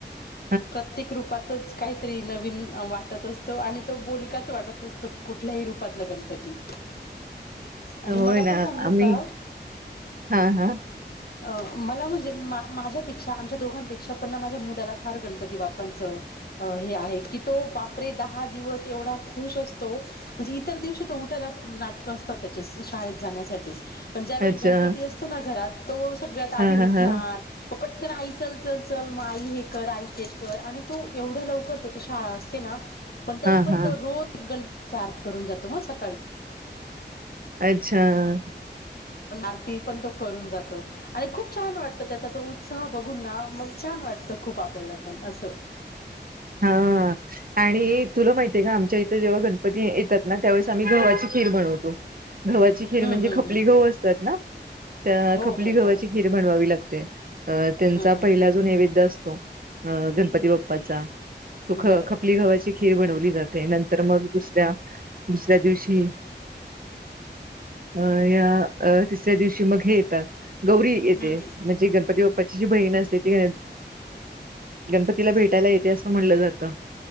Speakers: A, on the right (about 50°); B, on the left (about 55°).
A: ह
B: प्रत्येक रूपातच काहीतरी नवीन वाटत असतो आणि तो बोलकाच वाटत असतो कुठल्याही रूपातला गणपती आणि
A: होय
B: मला पण
A: ना
B: सांगू
A: आम्ही
B: का
A: हा हा
B: अ मला म्हणजे मा माझ्यापेक्षा आमच्या दोघांपेक्षा पण माझ्या मुलाला फार गणपती बाप्पांचं अ हे आहे की तो बापरे दहा दिवस एवढा खुश असतो म्हणजे इतर दिवशी तर उठायला नाटकं असतात त्या शाळेत जाण्यासाठी पण ज्यावेळी
A: अच्छा
B: गणपती असतो ना घरात तो सगळ्यात आधी
A: हा
B: उठणार
A: हा हा
B: पटकन आई चल चल चल मग आई हे कर आई ते कर आणि तो एवढं लवकर त्याची शाळा असत पण तरी
A: हा
B: पण
A: हा
B: तो रोज गंा आरती करून जातो म सकाळी
A: अच्छा
B: आरती पण तो करून जातो आणि खूप छान वाटतं त्याचा तो उत्साह बघून ना मग छान वाटतं खूप आपल्याला पण असं
A: हा आणि तुला माहितीय आहे का आमच्या इथं जेव्हा गणपती येतात ना त्यावेळेस आम्ही गव्हावाची खीर बनवतो गव्हाची खीर
B: हम्म
A: म्हणजे
B: हम्म
A: खपली
B: हम्म
A: गव असतात ना तर
B: हो
A: खपली
B: हो
A: गव्हाची
B: हो
A: खीर बनवावी लागते अ त्यांचा
B: हम्म हम्म
A: पहिला जो नैवेद्य असतो अ गणपती बाप्पाचा तो ख
B: बरं
A: खपली गव्हाची खीर बनवली जाते नंतर मग दुसऱ्या दुसऱ्या दिवशी अ या तिसऱ्या दिवशी मग हे येतं गौरी येते
B: हम्म हम्म
A: म्हणजे गणपती बाप्पाची जी बहीण असते ती अ गणपतीला भेटायला येते असं म्हणलं जातं